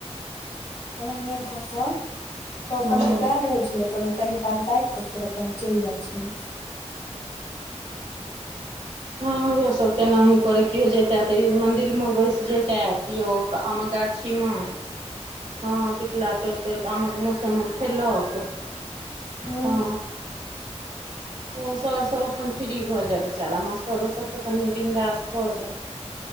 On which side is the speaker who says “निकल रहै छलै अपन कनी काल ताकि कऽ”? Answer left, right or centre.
Left